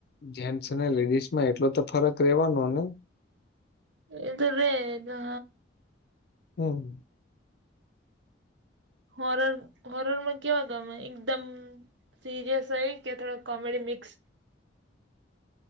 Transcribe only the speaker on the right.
એ તો રે ગણો
હોરર હોરરમાં કેવા ગમે એકદમ સિરીઅસ હોય એ કે થોડો કોમેડી મિક્સ.